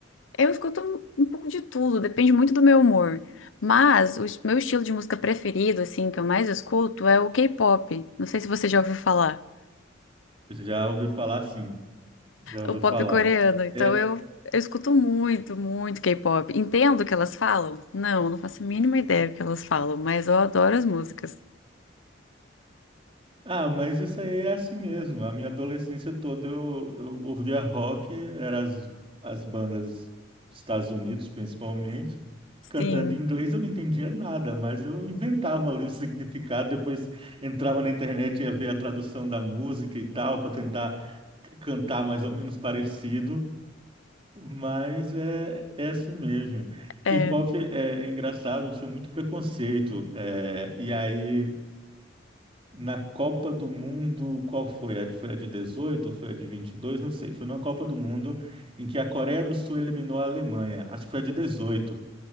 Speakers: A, on the left; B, on the right.
A: Eu escuto um, um pouco de tudo, depende muito do meu humor. Mas o es- meu estilo de música preferido, assim, que eu mais escuto é o K-pop. Não sei se você já ouviu falar.
B: Já ouvi falar, sim, já ouvi
A: O pop
B: falar.
A: coreano. Então
B: É,
A: eu, eu escuto muito, muito K-pop. Entendo o que elas falam? Não, não faço a mínima ideia do que elas falam, mas eu adoro as músicas.
B: Ah, mas isso aí é assim mesmo. A minha adolescência toda eu, eu ouvia rock, eram as, as bandas dos Estados Unidos, principalmente,
A: Sim,
B: cantando em inglês. Eu não entendia nada, mas eu inventava ali o significado. Depois entrava na internet e ia ver a tradução da música e tal, para tentar c- cantar mais ou menos parecido. Mas é, é assim mesmo.
A: é,
B: K-pop é, é engraçado, eu tinha muito preconceito. é, e aí. Na Copa do Mundo, qual foi? A- Foi a de 18? foi a de 22? não sei. Foi numa Copa do Mundo em que a Coreia do Sul eliminou a Alemanha. Acho que foi a de 18,